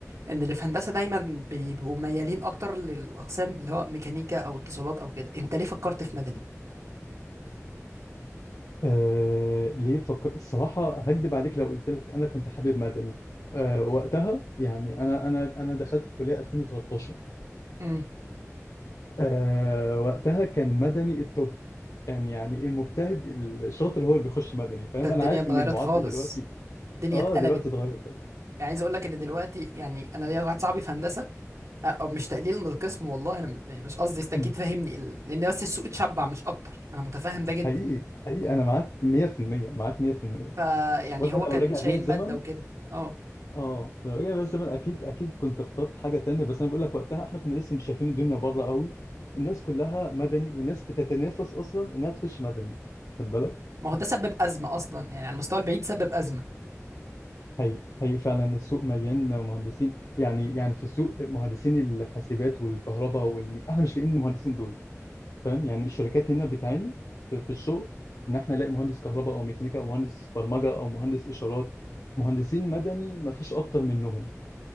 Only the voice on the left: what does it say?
آه ليه فكر الصراحه هكدب عليك لو قلت لك انا كنت حابب مدني آه وقتها يعني انا انا انا دخلت الكليه 2013
آه وقتها كان مدني التوب كان يعني المجتهد الشاطر هو اللي بيخش مدني فاهم
انا عارف
ان المعادله
دلوقتي
اه
دلوقتي اتغيرت
طبعا
حقيقي
حقيقي انا معاك 100% معاك 100%
وانا
لو
رجع
بيا الزمن
اه لو رجع بيا الزمن اكيد اكيد كنت اخترت حاجه تانية بس انا بقول لك وقتها احنا كنا لسه مش شايفين الدنيا بره قوي الناس كلها مدني والناس بتتنافس اصلا انها تخش مدني خد بالك
هي هي فعلا السوق مليان مهندسين يعني يعني في السوق مهندسين الحاسبات والكهرباء والمي... احنا مش لاقيين المهندسين دول فاهم يعني الشركات هنا بتعاني في في الشغل ان احنا نلاقي مهندس كهرباء او ميكانيكا او مهندس برمجه او مهندس اشارات مهندسين مدني ما فيش اكتر منهم